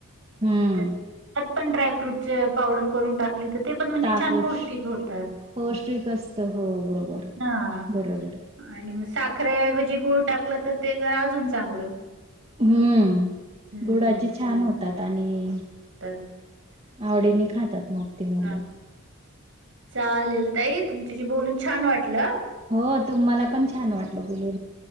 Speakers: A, on the right (about 25°); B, on the right (about 60°).
A: हम्म
B: त्यात पण ड्रायफ्रूटच पावडर करून टाकली तर ते पण म्हणजे
A: ताकूश
B: छान पौष्टिक होतात
A: पौष्टिक असत हो बरोबर
B: हां
A: बरोबर
B: आणि मग साखरेऐवजी गुळ टाकलं तर ते जरा अजून चांगलं
A: हम्म
B: हं,
A: गुडाचे छान होतात आणि
B: तर
A: आवडीने
B: तेच
A: खातात मग त मुलं
B: हां, चालेल तई तुमच्याशी बोलून छान वाटलं
A: हो तुम्हाला पण छान वाटलं बले